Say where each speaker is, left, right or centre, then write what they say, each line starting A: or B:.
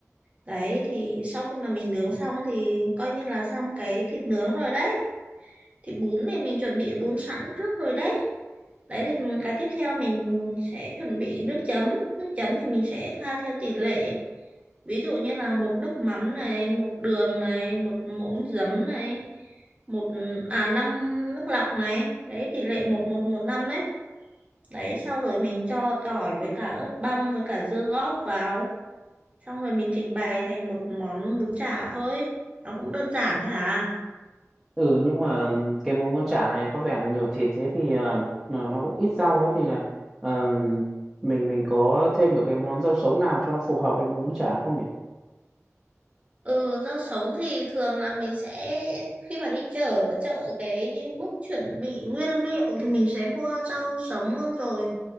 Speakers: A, on the right; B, in the centre.
A: Đấy thì sau khi mà mình nướng xong thì coi như là xong cái thịt nướng rồi đấy. Thịt bún thì mình chuẩn bị bún sẵn trước rồi đấy. Đấy thì cái tiếp theo mình sẽ chuẩn bị nước chấm. Nước chấm thì mình sẽ pha theo tỷ lệ ví dụ như là một nước mắm này một đường này một muỗng giấm này một à năm nước lọc này đấy tỷ lệ một một một năm ấy đấy sau rồi mình cho tỏi với cả ớt băm với cả dưa góp vào xong rồi mình trình bày thành một món bún chả thôi nó cũng đơn giản thế à
B: Ừ nhưng mà ừm, cái món bún chả này có vẻ là nhiều thịt thế thì ờ, mà nó cũng ít rau ấy thì là ờ, mình mình có thêm được cái món rau sống nào cho nó phù hợp với món bún chả không nhỉ?
A: Ừ, rau sống thì thường là mình sẽ khi mà đi chợ chợ cái bước chuẩn bị nguyên liệu thì mình sẽ mua rau sống luôn rồi.